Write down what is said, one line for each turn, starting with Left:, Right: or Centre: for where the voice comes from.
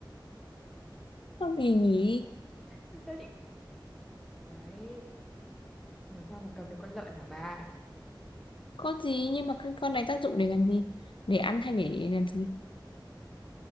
Left: con gì nhỉ
Centre: làm sao chị đấy làm sao mà cầm được con lợn hả bà
Left: con gì nhưng mà cái con này tác dụng để làm gì để ăn hay để làm gì